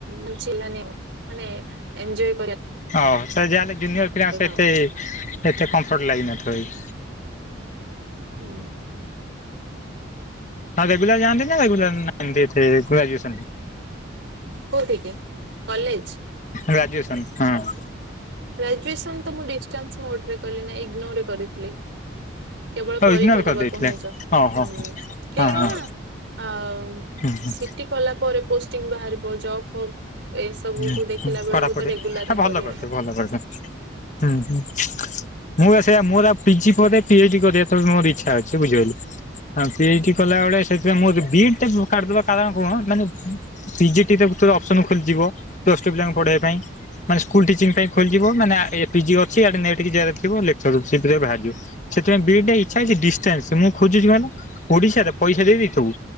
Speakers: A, on the right; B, on the left.
A: ବଞ୍ଚି ହେଲାନି ଆଉ ।ମାନେ ଏଞ୍ଜୟ୍
B: ଓହ ସେ ଯାହା ହେଲେ ଜୁନିୟର ପିଲା ସେ ଏତେ
A: ଆଉ
B: ଏତେ କମ୍ଫର୍ଟ ଲାଗିିନଥିବ ବି। <inaudible>
A: ହୁଁ।
B: ହଁ ରଗୁଲର ଯନ୍ତି ନା ରଗୁଲର ଗ୍ରଜୁ
A: କୋଉଠିକି କଲେଜ?
B: ଗ୍ରାଜୁଏସନ୍ ହଁ।
A: ଗ୍ରାଜୁଏସନ୍ ତ ମୁଁ ଡିଷ୍ଟାନ୍ସ ମୋଡରେ କଲି ନା ଇଗ୍ନୋର କରିଥିଲି। କେବଳ
B: ଆଉ
A: ପରୀକ୍ଷା
B: ଇଗ୍ନୋର
A: ଦେବାକୁ
B: କରିଦେଇଥିଲେ
A: ହିଁ ଯ
B: ଓହୋ
A: ହୁଁ କାହିଁକି
B: ହଁ ହଁ
A: ନା ଆଉ
B: ହୁଁ ହୁଁ
A: ସିଟି କଲା ପରେ ପୋଷ୍ଟିଂ ବାହାରିବ ଜବ୍ ଫବ୍ ଏସବୁ
B: ହୁଁ
A: କୁ ଦେଖିଲା
B: ହୁଁ
A: ବେଳକୁ
B: ପଢାପଢି
A: ତ ରେଗୁଲାର
B: ଆ
A: ରେ
B: ଭଲ
A: କରିହଲା।
B: କରିଛ ଭଲ ହୁଁ ହଁ। ମୁଁ ସେ ମୋରଉ ପିଜି ପିଚଡି କରିବା ଏ ମୋର ଇଛା ଅଛି ବୁଝିପାଇଲେ ହଁ ପି
A: ହୁଁ
B: ଏଚ ଡି
A: ହୁଁ।
B: କଲା ବଳେ ସେଥିପାଇଁ ବିଡ଼ି ଟେ କାଟିଦବା କାରଣ କ ମାନେ ପିଜି ତ ଅପସନ ଖୋଲିଯିବ ପ୍ଲସ୍ ଟୁ ପିଲାଙ୍କୁ ପଢେଇବା ପାଇଁ ମାନ ସ୍କୁଲ ଟିଚିଂ ପାଇଁ ଖୋଲିଯିବ ମାନେ ଏ ପିଜି ଅଛିି ଇଆଡ଼େ ନେଟ କି ଜେର ଥିବ ଲେଚ ରେ ବାହାରିବ ସେଥିପାଇଁ ବିଡ଼ିଟା ଇଚ୍ଛା ଅଛି ଡିଷ୍ଟାନ୍ସ ମୁଁ ଖୋଜୁଛି କଣ ଓଡିଶାର ପଇସା ଦେଇଥିବୁ